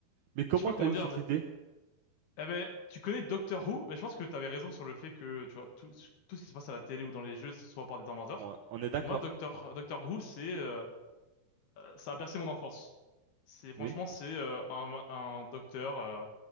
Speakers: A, on the right; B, on the left.
A: Mais comment
B: je sais pas
A: t'as
B: comment
A: eu
B: dire.
A: cette
B: de-
A: idée?
B: Eh ben, tu connais Doctor Who? Mais je pense que t'avais raison sur le fait que, tu vois, tout, tout ce qui se passe à la télé ou dans les jeux, ce soit par des inventeurs.
A: On, on est d'accord.
B: Moi, Doctor, Doctor Who, c'est euh, ça a bercé mon enfance. C'est franchement
A: Oui.
B: c'est euh, un, un docteur euh,